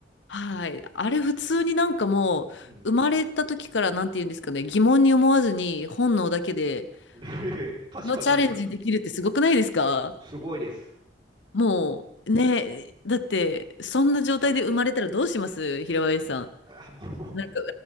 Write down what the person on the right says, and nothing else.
うん。
ねえ確かに確か
に。すごいです。
はいあ、も